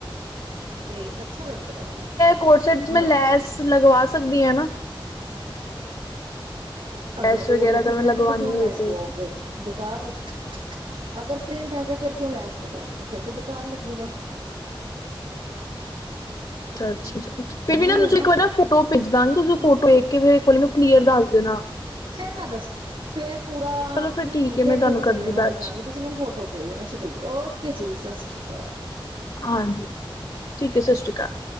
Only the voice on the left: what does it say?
ਕੋਡ ਸੈਟ ਚ ਮੈਂ
ਲੈਸ ਲਗਵਾ ਸਕਦੀ ਆਂ ਨਾ?
ਟੈਸਟ ਵਗੈਰਾ
ਅਗਰ ਮੈਂ
ਲਗਵਾਨੀ
ਹੋਏ
ਤੇ
ਚਰਚ ਚ ਕੀ ਫੇਰ
ਵੀ ਨਾ
ਤੁਸੀ
ਇੱਕ ਵਾਰੀ ਨਾ ਫੋਟੋ ਭੇਜ ਦਾਂਗੇ, ਤੁਸੀ
ਫੋਟੋ ਵੇਖ ਕੇ ਫੇ ਇੱਕ ਵਾਰੀ ਨੂੰ ਕਲੀਅਰ ਦੱਸ ਦੇਣਾ।
ਚਲੋ ਫਿਰ
ਠੀਕ ਹੈ ਮੈਂ
ਤੁਹਾਨੂੰ
ਕਰਦੀ
ਬਾਅਦ
ਚ
ਹਾਂਜੀ ਠੀਕ ਏ, ਸਤ ਸ਼੍ਰੀ ਕਾਲ।